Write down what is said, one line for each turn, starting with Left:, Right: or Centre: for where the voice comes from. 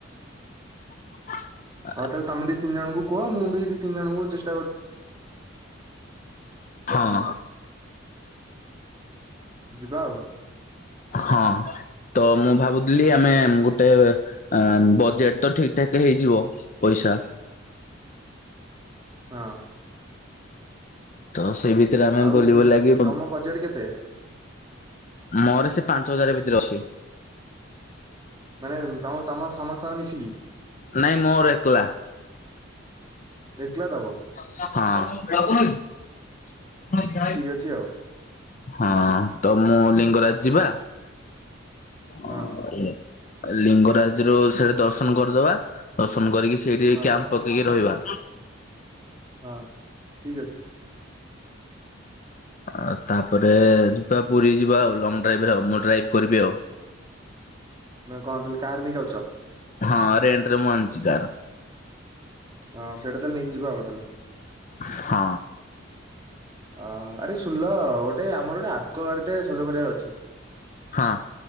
Left: <inaudible>
Right: ହଉ ତାହେଲେ ତମେ ଦି ତିନି ଜଣଙ୍କୁୁ କୁହ, ମୁଁ ବି ଦି ତିିନି ଜଣଙ୍କୁ ଚେଷ୍
Left: ହଁ।
Right: ଯିବା ଆଉ।
Left: ହଁ। ତ ମୁଁ ଭାବୁଥିଲି ଆମେ ଗୋଟେ, ଏଁ ବଜେଟ ତ ଠିକ ଠାକ ହେଇଯିବ ପଇସା।
Right: ହଁ।
Left: ତ ସେଇ ଭିତରେ ଆମେ
Right: ଆଉ
Left: ବୁଲିବୁଲାକି
Right: ଉଁ,
Left: ପ
Right: ତମ ବଜେଟ କେତେ?
Left: ମୋର ସେ ପାଞ୍ଚ ହଜାର ଭିତରେ ଅଛି।
Right: ମାନେ ତମ ତମ ସମସ୍ତଙ୍କର ମିଶିକି?
Left: ନାଇଁ ମୋର ଏକଲା।
Right: ଏକଲା ଦବ?
Left: ହଁ।
Right: ଅଛିି ଆଉ।
Left: ହଁ, ତ ମୁଁ ଲିଙ୍ଗରାଜ ଯିବା
Right: ହଁ
Left: ଅ
Right: ହଁ
Left: ଲିଙ୍ଗରାଜରୁ ସେଠି ଦର୍ଶନ କରିଦବା, ଦର୍ଶନ କରିକି ସେଇଠି
Right: ହଁ
Left: ଏଇ କ୍ୟାମ୍ପ ପକେଇକି ରହିବା।
Right: ହଁ, ଠିକ୍ ଅଛି।
Left: ଆଉ ତାପରେ ଯିବା ପୁରୀ ଯିବା ଆଉ, ଲଙ୍ଗ ଡ୍ରାଇଭରେ ଆଉ, ମୁଁ ଡ୍ରାଇଭ୍ କରିବି ଆଉ।
Right: ନା କଣ ତାହେଲେ କାର ନେଇକି ଆଉଛ?
Left: ହଁ, ରେଣ୍ଟରେ ମୁଁ ଆଣିଚି କାର୍।
Right: ହଁ ସେଟା ତାହେଲେ ନେଇକି ଯିବା ଆଉ ତାହେଲେ।
Left: ହଁ।
Right: ଅହ, ଆରେ ଶୁଣିଲ, ଗୋଟେ ଆମର ଗୋଟେ ଆକ୍ୱାଗାର୍ଡଟେ ସଜ କରିବାର ଅଛି
Left: ହଁ